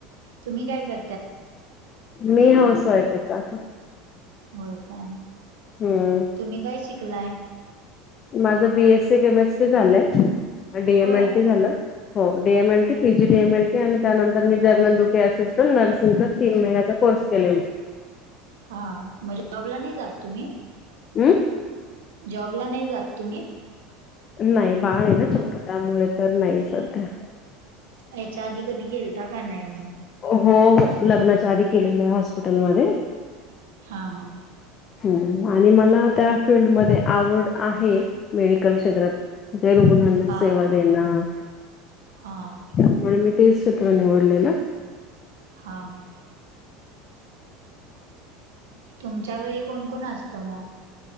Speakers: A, on the right; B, on the left.
A: तुम्ही काय कर
B: मी हाऊस वाईफच आहे.
A: होय काय?
B: हम्म.
A: तुम्ही काय शिकलाय?
B: माझं बी एस सी केमेस्ट्री झालंय, डी
A: होय
B: एम एल टी झालं. हो D M L T, P G D M L T आणि त्यानंतर मी जर्नल ड्युटी असिस्टंट नर्सिंगच तीन महिन्याचा कोर्स केलोय मी.
A: हा म्हणजे जॉबला नाही जात तुम्ही?
B: हम्म.
A: जॉबला नाही जात तुम्ही?
B: नाही बाळ आहे ना छोट त्यामुळे तर नाही सध्या.
A: याच्या आधी कधी गेलता का नाही मग?
B: हो हो लग्नाच्या आधी केलेल्या आहे हॉस्पिटलमध्ये.
A: हा हा.
B: हम्म आणि मला त्या फील्डमध्ये आवड आहे मेडिकल क्षेत्रात. जे रुग्णांना
A: हा
B: सेवा
A: हा
B: देणं.
A: हा.
B: त्यामुळे मी तेच क्षेत्र निवडलेलं.
A: हा हा. तुमच्या घरी कोण कोण असतं मग?